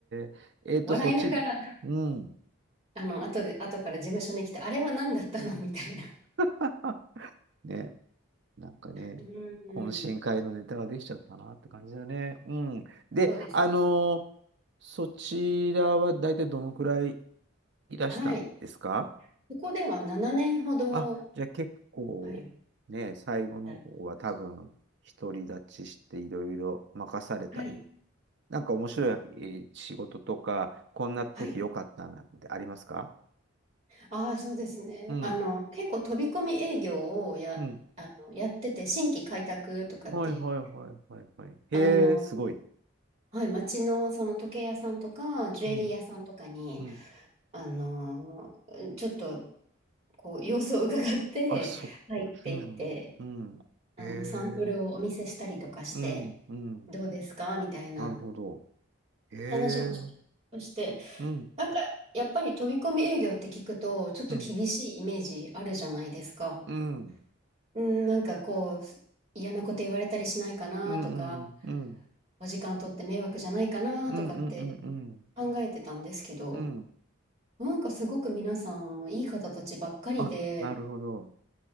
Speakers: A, on the right; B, on the right.
A: ー、えーと、
B: 笑いながら、
A: そっち、うん。
B: あの、後で、後から事務所に来て、あれは何だったのみたいな。
A: <laughs> ね。なんかね、
B: うん。
A: 懇親会のネタができちゃったなって感じだね。うん。で、
B: そうですね。
A: あのーそちらは大体どのくらいいらしたんですか
B: はい。ここでは7年ほど、
A: あ、じゃあ結構ね、
B: はい、
A: 最後の方は多分独り立ちしていろいろ任されたりも。
B: 働きました。はい。
A: なんか面白い、えー仕事とか、こんな時良かったなってありますか
B: はい。ああ、そうですね。
A: うん。
B: あの、結構飛び込み営業をや、
A: うん。
B: あの、やってて、新規開拓とかっていう、
A: はいはいはいはいはい。へえ、
B: あの、
A: すごい。
B: はい、街のその時計屋さんとか、ジュエリー屋さんとかに、
A: うん。うん。
B: あの、ちょっと、こう、様子を伺って、
A: あ、そっか。
B: 入っていって、
A: うん、うん。
B: あの、
A: へえ、
B: サンプルをお見せしたりとかして、
A: うん、うん。
B: どうですかみたいな
A: なるほど。へえ、
B: 話もしして、
A: うん、
B: なんか、やっぱり飛び込み営業って聞くと、ちょっと厳しいイメージあるじゃないですか。
A: うん、うん、
B: うん、なんかこう、嫌なこと言われたりしないかなとか、
A: うん、うん、うん、うん、
B: お時間取って迷惑じゃないかなとかって
A: うん、うん、うん。
B: 考えてたんですけど、
A: うん
B: なんかすごく皆さん、いい方たちばっかりで、
A: あ、なるほど。